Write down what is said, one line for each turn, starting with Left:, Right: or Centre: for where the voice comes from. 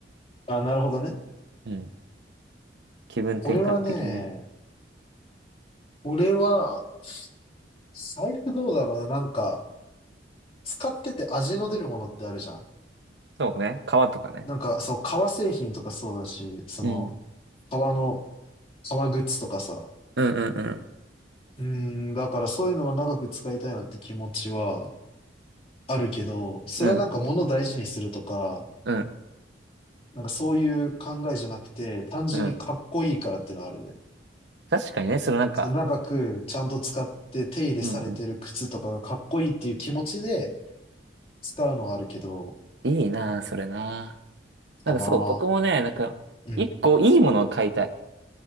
Left: ああ、なるほどね。
Right: うん。気分転換的にね。
Left: 俺はね、俺は、財布どうだろうな。なんか、使ってて味の出るものってあるじゃん。
Right: そうね。革とかね。
Left: なんか、そう、革製品とかそうだし、その、
Right: うん。
Left: 革の、革グッズとかさ。
Right: うんうんうん。
Left: うーん、だからそういうのは長く使いたいなって気持ちはあるけど、それはなんか物を大事にするとか、
Right: うんうん
Left: なんかそういう考えじゃなくて、単純にかっこいいからっていうのはあるね。
Right: うん。確かにね、そのなんか、
Left: その長くちゃんと使って手入れされてる靴とかがかっこいいっていう気持ちで
Right: うんうん。
Left: 使うのはあるけど、
Right: いいなあ、それなあ。
Left: かな。
Right: なんかそう、僕もね、なんか、
Left: うん。
Right: 一個いいものを買いたい。